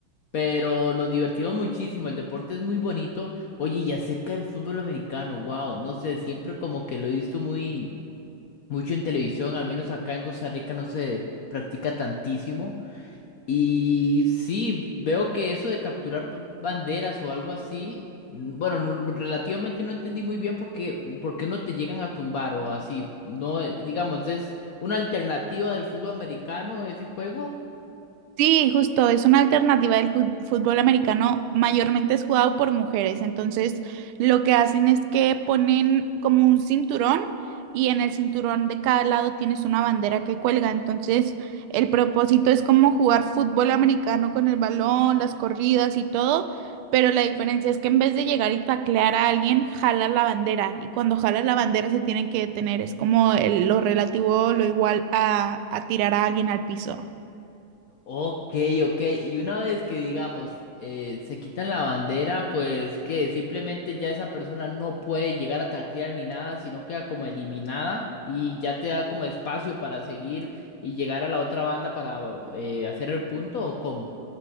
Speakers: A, on the left; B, on the right.
A: pero nos divertimos muchísimo, el deporte es muy bonito. Oye, y acerca del fútbol americano, wow, no sé, siempre como que lo he visto muy mucho en televisión, al menos acá en Costa Rica no se practica tantísimo. Y sí, veo que eso de capturar pa- banderas o algo así, mm, bueno, no- no- relativamente no entendí muy bien porque porque no te llegan a tumbar o así. No, eh, digamos, es una alternativa del fútbol americano ese juego.
B: Sí, justo, es una alternativa del fu- fútbol americano, mayormente es jugado por mujeres, entonces lo que hacen es que ponen como un cinturón y en el cinturón de cada lado tienes una bandera que cuelga, entonces el propósito es como jugar fútbol americano con el balón, las corridas y todo, pero la diferencia es que en vez de llegar y taclear a alguien, jala la bandera y cuando jala la bandera se tienen que detener, es como el- lo relativo, lo igual a a tirar a alguien al piso.
A: Ok, ok. Y una vez que, digamos, eh, se quitan la bandera, pues que simplemente ya esa persona no puede llegar a taclear ni nada, sino queda como eliminada y ya te da como espacio para seguir y llegar a la otra banda para eh, hacer el punto o cómo.